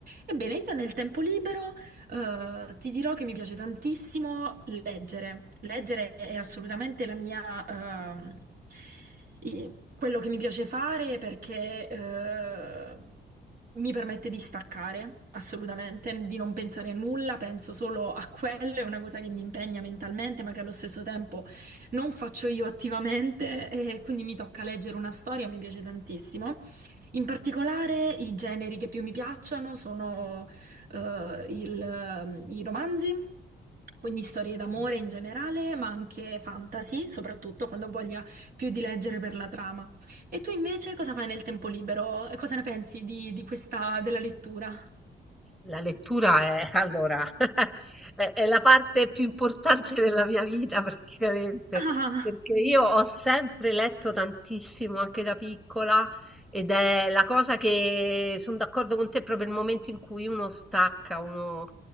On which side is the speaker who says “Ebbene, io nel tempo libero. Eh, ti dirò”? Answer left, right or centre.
Right